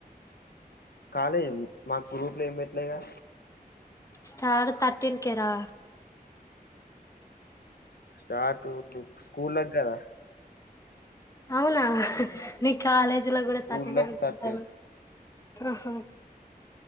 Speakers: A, on the left; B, on the left.
A: కాలేజ్ ఉంద్ మాకు గ్రూపులో ఏం పెట్టలేదుగా
B: స్టార్ తర్టీన్ కే రా
A: స్టార్ట్ స్కూళ్ళక్ కదా
B: అవునా నీ కాలేజీలకు కూడ
A: స్కూల్లకు
B: థర్టీన్ ఏ అనుకుంటా
A: థర్టీన్
B: నా ఆహ